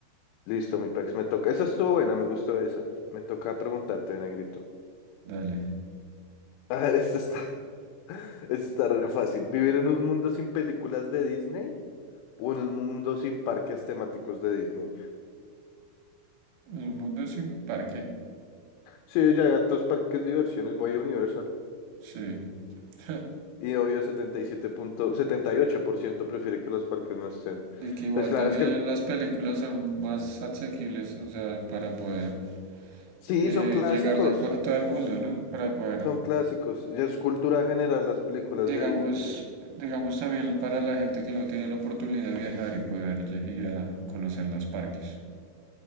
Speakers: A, on the left; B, on the right.
A: Listo, mi pex, me toca. Esa estuvo buena, me gustó esa. Me toca preguntarte, negrito.
B: dale.
A: <laughs> A ver, esto está, <laughs> esto está re fácil. ¿Vivir en un mundo sin películas de Disney o en un mundo sin parques temáticos de Disney?
B: El mundo sin parque.
A: Sí, ya hay hartos parques de diversiones. Voy a Universal.
B: Sí. <laughs>
A: Y obvio, 77 punto, 78% prefiere que los parques no estén.
B: Y que igual
A: Pues claro,
B: también
A: es que el-
B: las películas son más asequibles, o sea, para poder
A: sí,
B: eh,
A: son clásicos,
B: llegarle a, cu- a todo el mundo, ¿no? Para poder,
A: son clásicos. Ya es cultura general las películas
B: digamos,
A: de Disney, ya.
B: digamos también para la gente que no tiene la oportunidad de viajar y poder lle- ir a conocer los parques.